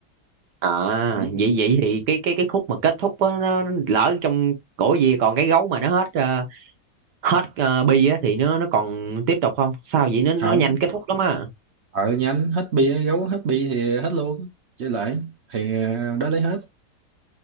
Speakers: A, on the right; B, on the right.
A: à
B: Giết luôn.
A: vậy vậy thì cái cái cái khúc mà kết thúc á nó, nó lỡ trong cổ gì còn cái gấu mà nó hết ờ, hết ờ, bi á thì nó nó còn tiếp tục không sao vậy nó nó
B: không
A: nhanh kết thúc lắm á
B: ở nhánh hết bia gấu hết bia thì hết luôn chơi lại thì ờ, đó lấy hết